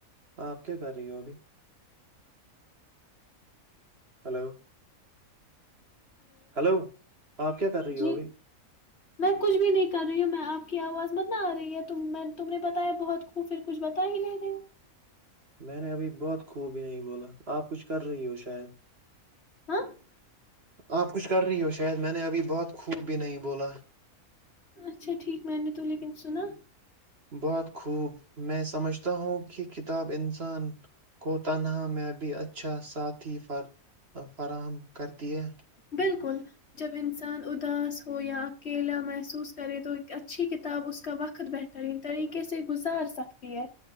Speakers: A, on the right; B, on the left.
A: آپ کیا کر رہی ہو ابھی ہلو ہلو آپ کیا کر رہی ہو
B: جی
A: ابھی
B: میں کچھ بھی نہیں کر رہی ہوں میں آپ کی آواز مت نہ آ رہی ہے ت تم نے بتایا بہت خ پھر کچھ بتا ہی نہیں رہے ہو
A: میں نے ابھی بہت خوب ہی نہیں بولا آپ کچھ کر رہی ہو شاید
B: ہاں
A: آپ کچھ کر رہی ہو شاید میں نے ابھی بہت خوب بھی نہیں بولا
B: اچھا ٹھیک میں نے تو لیکن سنا
A: بہت خوب میں سمجھتا ہوں کہ کتاب انسان کو تنہا میں بھی اچھا ساتھی فراہم کرتی ہے
B: بالکل جب انسان اداس ہو یا اکیلا محسوس کرے تو اچھی کتاب اس کا وقت بہترین طریقے سے گزار سکتی ہے